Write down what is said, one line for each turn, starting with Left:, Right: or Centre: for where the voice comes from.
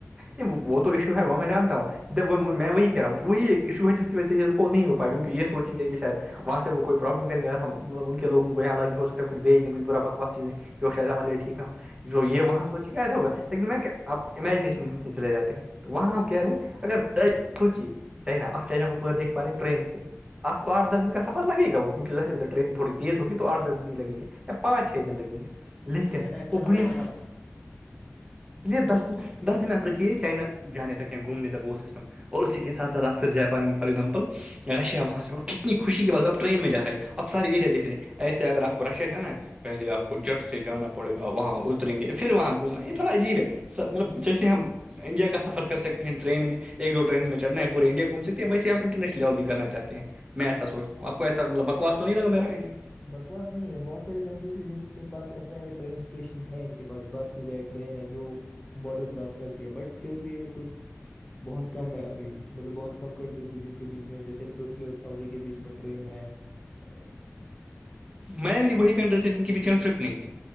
Right: نہیں وہ تو ایشو ہے وہ میں جانتا ہوں میں وہی کہہ رہا ہوں کہ وہی ایک ایشو ہے جس کی وجہ سے یہ ہو نہیں ہو پائے گا کیونکہ یہ سوچیں گے کہ شاید وہاں سے وہ کوئی پرابلم کریں گ اگر ہمط ا ان کے لوگوں کو یہاں لگ نہیں ہو سکتا کچھ بھی دیں گچھ بر بکوا چی دیں شاید مان لے ٹھیک نہ ہو یہ
Left: ہ
Right: وہاں سوچے کہ ایسا ہوا لیکن میںپ امیجنیش ے چے جاتے ہیں تو وہاں ہم کیاہ رہے ہیں اگر سوچیے چائنا آپ چائنا کو پورا دیکھ پا رہے ہیں ٹرین سے آپ کو آھ دس دن کافر لگے گا کیک ظاہر ٹرین تھڑیز ہوی تو آھ دس دن ہی لگ گے یا پانچ چھ دن لگیں گے لیکن
Left: چائنا اچھا
Right: وہ
Left: خاصا
Right: بڑیا
Left: بڑا
Right: سب
Left: ہے
Right: چ دس دس دن نفر کیے چائنا جانے تک یا گھومنے تک وہ سسٹم اور اسی کے سات سھ آپ پھر جا پائیں گے فارور ایگزامپل رشیا وہاں سے کتنی خوشی کی بات ا ٹرین میں جاے ہیں اب سے ایریا دیکھ رہے ہیں ایسے اگر آپ کو رشیا جانا ہے پہلے آپ کو جٹ سے جانا پڑے گا وہاں اتریں گے پھر وہاں گھومنا یہ تھوڑا عجیب ہے سب مطلب جیسے ہم انڈیا کا سفر کر سک ہیں ٹن میں ایک دو ٹرین میں چڑھنا ہے پورے انڈیا گھوم سکتے ہیں ویسے ہم انٹرنیشن لیول بھی کرنا چاہتے ہیں میں ایسا سوچتاوں آپ کو ایسا م بکوا تو نہیں لا میرائیڈیا
Left: بکواس نہیں ہے بہت ساری کنٹریز ہے جن کے پاس ایسا ہے ٹرین اسٹیشنز ہے ان کے پاس بس ہے ٹرین ہے جو بارڈر کراس کرتی ہے بٹ پھر بھی ہے کچھ بہت کم ہے ابھی مطلب بہت کم کنٹریز ہے جن کے بیچ میں جیسے ترکی اور سعودی کے بیچ میں ٹرین ہے ا
Right: مینلی وہی کنڈیز جن کے بیچ ان فرک نہیں ہے